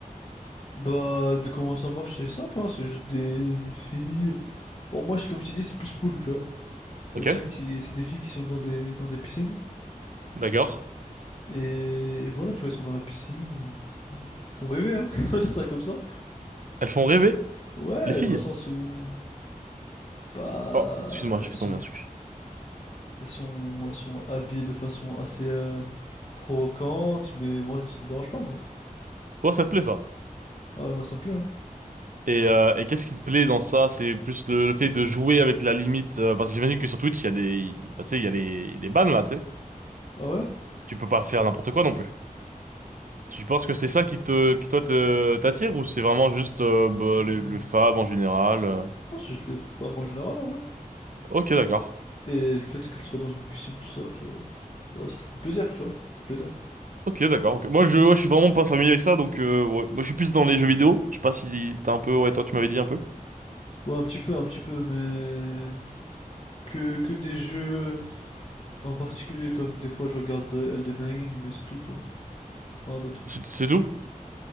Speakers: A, on the left; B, on the right.
A: Bah, de comment ça marche, c'est simple, hein, c'est juste des filles. Bon, moi, je- comme je t'ai dit, c'est plus pool, tu vois.
B: Ok,
A: C'est-à-dire que c'est des filles qui sont dans des, dans des piscines,
B: d'accord.
A: et, et voilà, tu vois, ils sont dans la piscine, ils, ils- ils font rêver, hein, <laughs> on va dire ça comme ça.
B: Elles font rêver,
A: Ouais,
B: les filles.
A: dans le sens où, bah,
B: Oh, excuse-moi,
A: elles
B: j'ai
A: sont,
B: fait tomber un truc.
A: elles sont, elles sont habillées de façon assez euh, provocante, mais moi, ça me dérange pas, moi.
B: Toi, ça te plaît, ça?
A: Ah ouais, moi, ça me plaît, hein.
B: Et, euh, et qu'est-ce qui te plaît dans ça? C'est plus le, le fait de jouer avec la limite, euh, parce que j'imagine que sur Twitch, il y a des, bah, tu sais, il y a les, les bans, là, tu sais.
A: Ah
B: Tu peux pas faire n'importe quoi non plus. Tu penses que c'est ça qui te, qui toi te, t'attire, ou c'est vraiment juste, euh, bah,
A: ouais?
B: les, les femmes en général? euh
A: pense que je les femmes en général, en vrai.
B: Ok, d'accord.
A: Et le fait qu'elles soient dans une piscine, tout ça, tu vois. Bah, ça fait plaisir, tu vois. Ça fait plaisir.
B: Ok, d'accord. ok. Moi, je, ouais, je suis vraiment pas familier avec ça, donc euh, ouais. Moi, je suis plus dans les jeux vidéo. Je sais pas si t'as un peu. Ouais, toi, tu m'avais dit un peu.
A: Ouais, un petit peu, un petit peu, mais... Que, que des jeux en particulier, comme des fois je regarde Elden Ring, mais c'est tout, tu vois. Rien d'autre.
B: C'est c'est tout?